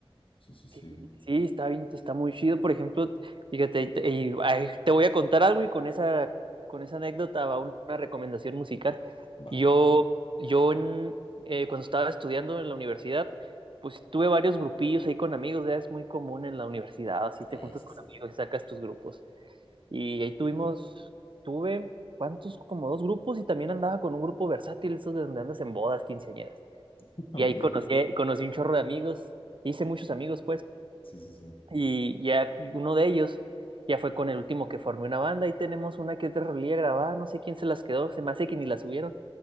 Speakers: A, on the left (about 65°); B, on the right (about 60°).
A: Sí, sí, sí.
B: Sí, sí, está bien, está muy chido, por ejemplo, fíjate, y te, y, ay, te voy a contar algo y con esa, con esa anécdota va una recomendación musical.
A: Va,
B: Yo, yo en, eh, cuando estaba estudiando en la universidad, pues tuve varios grupillos ahí con amigos, ya es muy común en la universidad, así te
A: eso
B: juntas con
A: sí.
B: amigos y sacas tus grupos. Y ahí tuvimos, tuve, ¿cuántos? Como dos grupos y también andaba con un grupo versátil, esos de donde andas en bodas, quinceañeras.
A: <laughs> Ok.
B: Y ahí conocí, conocí un chorro de amigos, hice muchos amigos, pues.
A: Sí, sí, sí.
B: Y ya uno de ellos ya fue con el último que formé una banda. Ahí tenemos una que es de rolilla grabada, no sé quién se las quedó, se me hace que ni la subieron.